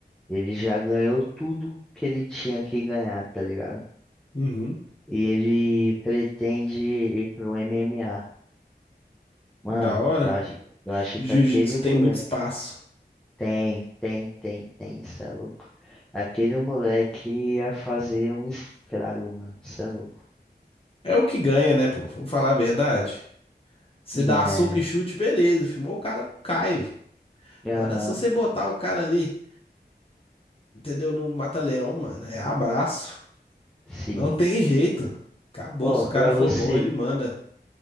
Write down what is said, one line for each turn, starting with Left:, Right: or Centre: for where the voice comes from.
Centre: ele já ganhou tudo que ele tinha que ganhar, tá ligado?
Left: Uhum.
Centre: E ele pretende ir pro MMA. Mano,
Left: Da hora.
Centre: eu acho, eu acho
Left: Jiu-jitsu
Centre: que aquele moleque
Left: tem muito espaço.
Centre: tem, tem, tem, tem, cê é louco. Aquele moleque ia fazer um estrago, mano, cê é louco.
Left: É o que ganha, né, pô? Vamos falar a verdade. Você dá
Centre: É,
Left: soco e chute, beleza, filmou, o cara cai. velho.
Centre: aham,
Left: Agora, se você botar o cara ali, entendeu? No mata-leão, mano, é abraço.
Centre: sim.
Left: Não tem jeito. Acabou.
Centre: Ó,
Left: Se
Centre: pra
Left: o cara for
Centre: você.
Left: bom, ele manda.